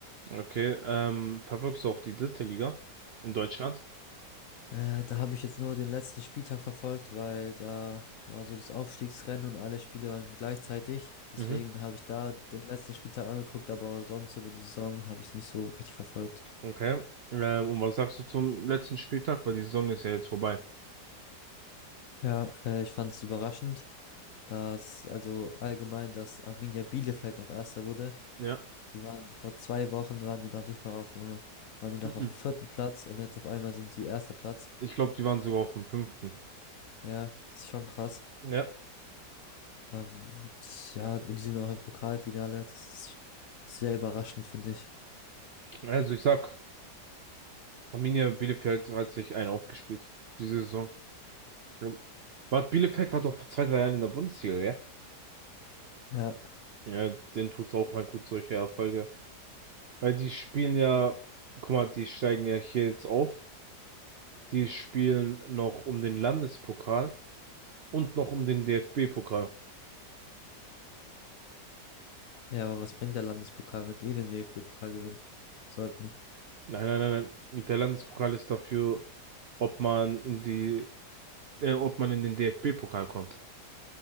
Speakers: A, on the right; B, on the left.
A: Okay, ähm, verfolgst du auch die dritte Liga in Deutschland?
B: Äh, da habe ich jetzt nur den letzten Spieltag verfolgt, weil da war so das Aufstiegsrennen und alle Spiele waren gleichzeitig. Deswegen
A: Mhm.
B: habe ich da den letzten Spieltag angeguckt, aber sonst über die Saison habe ich es nicht so richtig verfolgt.
A: Okay. Ähm, und was sagst du zum letzten Spieltag? Weil die Saison ist ja jetzt vorbei.
B: Ja, äh, ich fand es überraschend, dass also allgemein, dass Arminia Bielefeld noch Erster wurde.
A: Ja.
B: Die waren vor zwei Wochen waren die noch nicht mal auf dem, waren die noch
A: Mhm.
B: auf dem vierten Platz und jetzt auf einmal sind die erster Platz.
A: Ich glaube, die waren sogar auf dem fünften.
B: Ja, das ist schon krass.
A: Ja,
B: Aber w- das- ja, und die sind auch im Pokalfinale. Das ist sehr überraschend, finde ich.
A: also ich sag, Arminia Bielefeld hat sich einen aufgespielt, diese Saison. Ja. War, Bielefeld war doch vor zwei, drei Jahren in der Bundesliga, ja?
B: Ja.
A: Ja, denen tut's auch mal gut, solche Erfolge. Weil die spielen ja, guck mal, die steigen ja hier jetzt auf. Die spielen noch um den Landespokal und noch um den DFB-Pokal.
B: Ja, aber was bringt der Landespokal, wenn die den DFB-Pokal gewinnen sollten?
A: Nein, nein, nein, nein. Der Landespokal ist dafür, ob man in die, äh, ob man in den DFB-Pokal kommt.